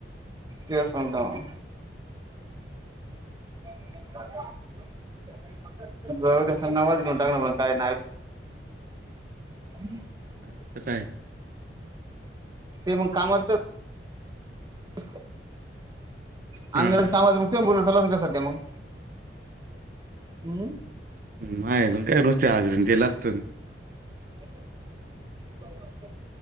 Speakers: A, on the right; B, on the right.
A: तेल सांडल. <unintelligible> जाऊदे नवाच घेऊन टाकणार पण काय <unintelligible> <unintelligible>
B: आत काय?
A: ते मग कामच कर. <unintelligible> चालन
B: हा
A: का सध्या मग, हम.
B: मायजून काय रोजच हाजरीन ते लागतंन.
A: <unintelligible>